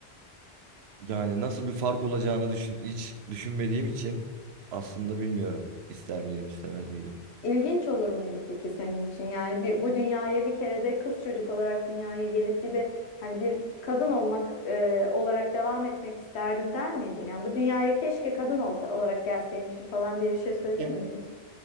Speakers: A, on the right (about 75°); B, on the left (about 80°).
A: Yani nasıl bir fark olacağını düşün, hiç düşünmediğim için aslında bilmiyorum. İster miydim, istemez miydim?
B: İlginç olur muydu peki senin için? Yani bir, bu dünyaya bir kere de kız çocuk olarak dünyaya gelip bir de hani bir kadın olmak e, olarak devam etmek isterdim der miydin? Yani bu dünyaya keşke kadın olsa olarak gelseymişim falan diye bir şey söyledin
A: Ya.
B: mi hiç?